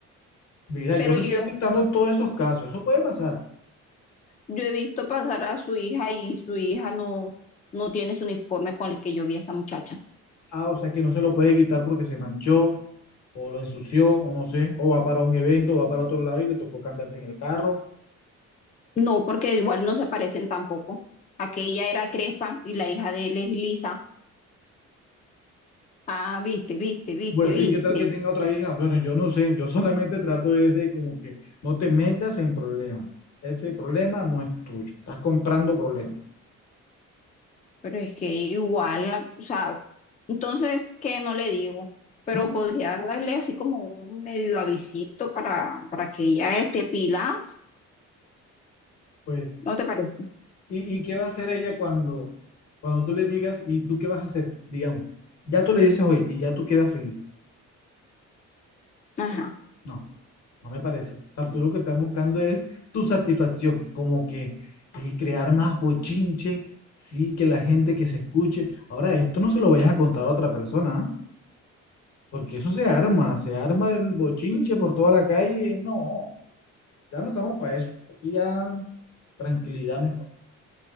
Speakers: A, on the left (about 65°); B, on the left (about 25°).
A: mira,
B: Pero
A: yo me
B: yo,
A: estoy pintando todos esos casos, eso puede pasar.
B: yo he visto pasar a su hija y su hija no, no tiene su uniforme con el que yo vi a esa muchacha.
A: Ah, o sea que no se lo puede quitar porque se manchó, o lo ensució, o no sé, o va para un evento, o va para otro lado y le tocó cambiarse en el carro.
B: No, porque igual no se parecen tampoco. Aquella era crespa y la hija de él es lisa Ah, viste, viste, viste,
A: Bueno,
B: viste.
A: ¿y qué tal que tenga otra hija? Bueno, yo no sé, yo solamente trato es de como que no te metas en problemas. Ese problema no es tuyo, estás comprando problemas,
B: Pero es que igual, la- o sea, entonces, ¿qué no le digo? Pero
A: ¿no?
B: podría darle así como un medio avisito para, para que ella esté pilas,
A: Pues,
B: ¿no te parece?
A: ¿y, y qué va a hacer ella cuando, cuando tú le digas, ¿y tú qué vas a hacer? Digamos, ya tú le dices hoy y ya tú quedas feliz.
B: Ajá.
A: No, no me parece. O sea, tú lo que estás buscando es tu satisfacción, como que y crear más bochinche, sí, que la gente que se escuche. Ahora, esto no se lo vayas a contar a otra persona, ¿ah? Porque eso se arma, se arma el bochinche por toda la calle. No, ya no estamos para eso. Aquí ya tranquilidad mejor.